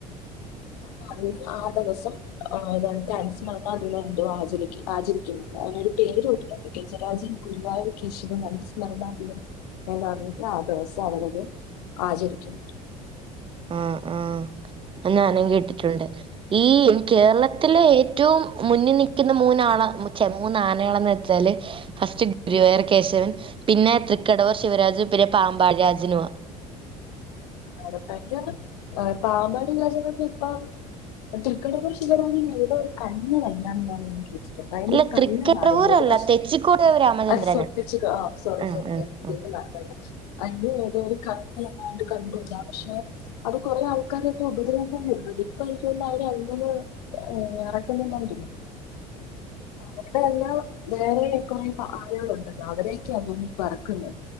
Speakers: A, on the left; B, on the right.
A: അപ്പൊ അതിന്ന് ആ ദിവസം <unintelligible> അനുസ്മരണാ ദിനം ന്തോ ആചരിക്ക് ആചരിക്കുന്നുണ്ട് അവനൊരു പേരു ഇട്ടിട്ടുണ്ട് ഗജരാജൻ ഗുരുവായൂർ കേശവൻ അനുസ്മരണാദിനം എന്ന അറിഞ്ഞിട്ട് ആ ദെവസം അവരത് ആചരിക്കുന്നു
B: ആ ആ അ അ് ഞാനും കേട്ടിട്ടുണ്ട് ഈ കേരളത്തിലെ ഏറ്റവും മുന്നിൽ നിക്കുന്ന മൂന്നാള ച്ചെ മൂന്ന് ആനകളന്ന് വെച്ചാല് ഫസ്റ്റ് ഗുരുവായൂർ കേശവൻ പിന്നെ തൃക്കടവൂർ ശിവരാജു പിന്നെ പാമ്പാഴ രാജനുമാ
A: അതെ അതെ എനിക്ക് ഓന്ന് ന്നും പാമ്പാടി രാജനൊക്കെ ഇപ്പം തൃക്കടവൂർ ശിവരാമന് ഏതോ ഒരു കണ്ണ് വയ്യാന്ന് ഞാനിങ്ങനെ കേട്ട അയിനൊരു
B: അല്ല
A: കണ്ണ്
B: തൃക്കടവൂരല്ല
A: കാണില്ല ഒരു വർഷ
B: തെച്ചിക്കോട് രാമചന്ദ്രനാ
A: <unintelligible>
B: ആഹ് ആഹ് ആഹ്
A: അതിന് ഏതോ ഒരു കണ്ണെങ്ങാണ്ട് കണ്ടൂടാ പക്ഷെ അത് കൊറെ ആൾക്കാരെയെക്കെ ഉപദ്രവിക്കൻ വ ര്ന്ന്ണ്ട് ഇപ്പൊ എനിക്ക് ഓന്നുന്നു അവരങ്ങനെ എറക്കുന്നില്ലാന്ന് തോന്നു <unintelligible> ആനകളുണ്ടല്ലോ അവരെയൊക്കെയാ ഇപ്പൊ എറക്കുന്നത്